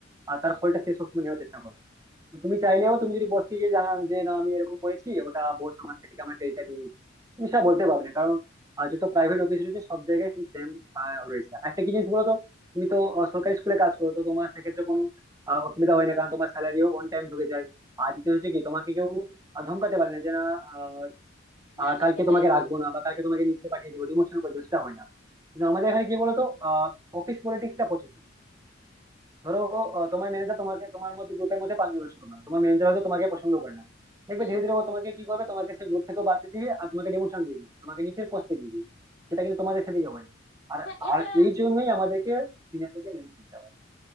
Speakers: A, on the right; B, on the left.
A: আর
B: হুম
A: তার ফলটা সে সবসময় নেওয়ার চেষ্টা করবে তো তুমি চাইলেও তুমি যদি বসকে গিয়ে জানান যে না আমি এরকম করেছি ওটা বস আমার থেকে আমার ক্রেডিটটা নিয়ে নিচ্ছে তুমি সেটা বলতে পারবে না কারণ আহ, যত প্রাইভেট অফিস রয়েছে সব জায়গায় সেই সেম রয়েছে একটা কি জিনিস বলো তো তুমি তো আহ, সরকারি স্কুলে কাজ করো তো তোমার সেক্ষেত্রে কোনো আহ, অসুবিধা হয় না কারণ তোমার স্যালারিও অন টাইম ঢুকে যায় আর দ্বিতীয় হচ্ছে কি তোমাকে কেউ আহ, ধমকাতে পারে না যে না আহ,
B: হ্যাঁ
A: আহ,
B: আমি
A: কালকে
B: সেটাই
A: তোমাকে
B: বলছিলাম
A: রাখবো না বা কালকে তোমাকে নিচে পাঠিয়ে দিবো ডিমোশন করে দিবো সেটা হয় না কিন্তু আমাদের
B: হ্যাঁ
A: এখানে কি বলতো অফিস পলিটিক্সটা প্রচুর ধরো
B: হ্যাঁ
A: আহ, তোমার ম্যানেজার তোমাকে তোমার মধ্যে গ্রুপের মধ্যে পাঁচজন আছে তোমার তোমার ম্যানেজার হয়তো তোমাকে পছন্দ করে না দেখবে
B: হুম
A: ধীরে ধীরে ও তোমাকে কি করবে তোমাকে সেই গ্রুপ থেকে বাদ দিয়ে দিবে আর তোমাকে ডিমোশন দিয়ে দিবে তোমাকে নিচের পোস্টে দিয়ে দিবে সেটা কিন্তু তোমাদের সেদিকে হয় না আর
B: হ্যাঁ এটা
A: আর এই জন্যই আমাদেরকে সিনিয়রদেরকে ম্যানেজ করতে হবে